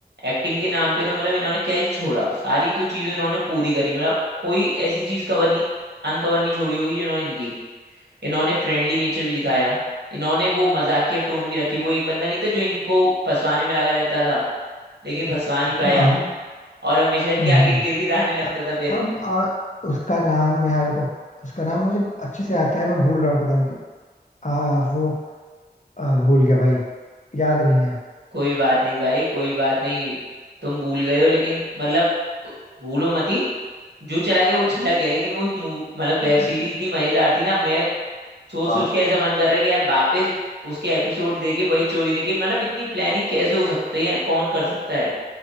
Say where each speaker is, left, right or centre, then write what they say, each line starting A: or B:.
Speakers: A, on the right; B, on the left.
A: एक्टिंग के नाम पे तो मतलब इन्होंने क्या ही छोड़ा सारी तो चीज इन्होंने पूरी करी मतलब कोई ऐसी चीज कवर नहीं अनकवर नहीं छोड़ी होगी जो इन्होंने नहीं की इन्होंने फ्रेंडली नेचर भी दिखाया इन्होंने वो मजाकिया टोन भी रखी वो एक बंदा नहीं था जो इनको फंसवाने में लगा रहता था लेकिन फंसवा नहीं पाया
B: हाँ
A: और हमेशा इनके
B: हाँ हाँ
A: आगे गिर गिर आने लगता
B: हाँ।
A: था फिर
B: हाँ हाँ, आ, उसका नाम यार को उसका नाम मुझे अच्छे से आता है मैं भूल रहा हूँ पता नहीं क्यों आ, वो आ, भूल गया भाई याद नहीं है
A: कोई बात नहीं भाई कोई बात नहीं तुम भूल गए हो लेकिन मतलब भूलो मती जो चला गया वो चला गया लेकिन वो मू- मतलब
B: <laughs>
A: वेब सीरीज इतनी मजेदार थी ना मैं सोच
B: और
A: सोच के ऐसा मन कर रहा है कि यार वापस उसके एपिसोड देखे वही चोरी देखे मतलब इतनी प्लानिंग कैसे हो सकती है कौन कर सकता है